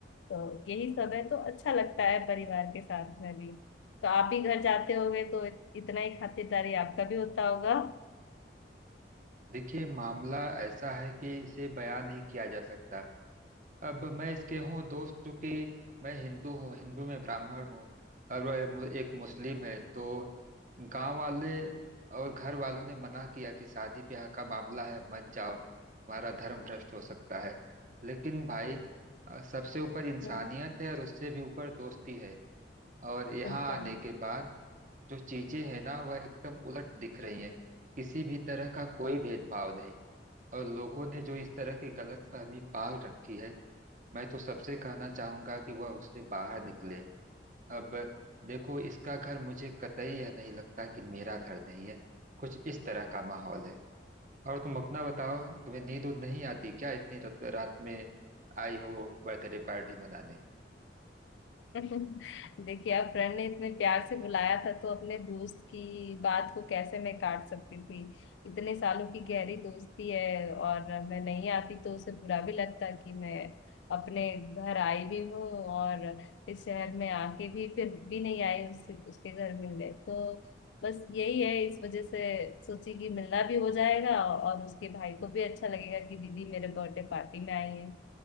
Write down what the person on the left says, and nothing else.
तो यही सब है तो अच्छा लगता है परिवार के साथ में भी तो आप भी घर जाते होगे तो इतना ही खातिरदारी आपका भी होता होगा
हम्म,
बिल्कुल
<laughs> देखिए आप फ्रेंड ने इतने प्यार से बुलाया था तो अपने दोस्त की बात को कैसे मैं काट सकती थी इतने सालों की गहरी दोस्ती है और मैं नहीं आती तो उसे बुरा भी लगता कि मैं अपने घर आई भी हूँ और इस शहर में आके भी फिर भी नहीं आई उससे उसके घर मिलने तो बस यही है इस वजह से सोची कि मिलना भी हो जाएगा और उसके भाई को भी अच्छा लगेगा कि दीदी मेरे बर्थडे पार्टी में आई